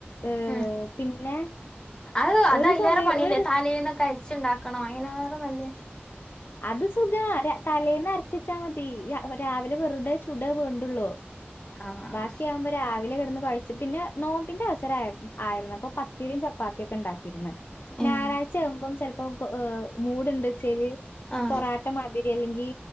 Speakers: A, on the left; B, on the left.
A: ഏർ
B: ഉം
A: പിന്നെ
B: അത് അത
A: ഒരു
B: അതിലേറെ
A: സമയം
B: പണില്ലേ
A: ഒരു
B: തലെന്നുന്നൊക്കെ അരി ച്ച്ണ്ടാക്കണ അയിന് റെന്നല്ലേ
A: അത് സുഖമാ തലേന്ന് അരച്ചച്ചാൽ മതി രാവിലെ വെറുതെ ചു ചുടെ വേണ്ടുള്ളു
B: ആഹ്
A: ബാക്കി ആവുമ്പോ രാവിലെ കിടന്നു. പിന്നെ നോമ്പിന്റെ അവസര ആയിരുന്നു അപ്പൊ പത്തിരിയും ചപ്പാത്തിയൊക്കെ ഉണ്ടാക്കിയിരന്ന്.
B: ഏഹ്
A: ഞായറാഴചയാകുമ്പം ചിലപ്പോ് മൂട്ണ്ട്ച്ചേല്
B: ആഹ്
A: പൊറോട്ട മാതിരി അല്ലെങ്കി